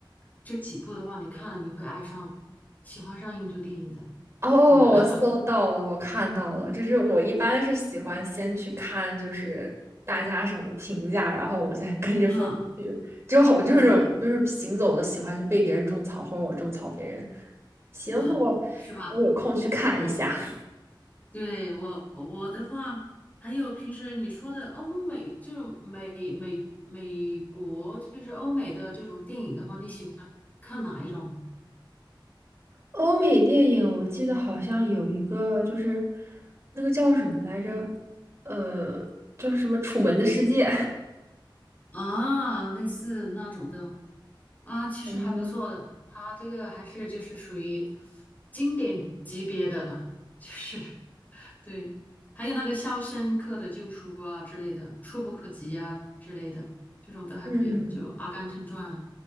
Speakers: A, on the left; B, on the right.
A: 这几部的话，你看了你会爱上，喜欢上印度电影的，
B: 哦，
A: 真的。<laughs>
B: 我搜到了，我看到了，就是我一般是喜欢先去看，就是大家什么评价，然后我再跟着风去。
A: 嗯，
B: 就好我就是这种就是行走的，
A: 对，
B: 喜欢去被别人种草，或者我种草别人。行，
A: 啊，
B: 那我我有空去看一下。
A: 是吧？
B: <laughs>
A: 对，我我的话，还有平时你说的欧美，就美美美国，就是欧美的这种电影的话，你喜欢看哪一种
B: 欧美电影我记得好像有一个，就是那个叫什么来着？呃，就是什么《楚门的世界》
A: 啊？类似那种的啊，其实还不错的，
B: <laughs> 嗯，
A: 它这个还是就是属于经典级别的了，就是 <laughs> 对，还有那个《肖申克的救赎》啊之类的，《触不可及》啊之类的，这种都还可以，
B: 嗯。
A: 就《阿甘正传》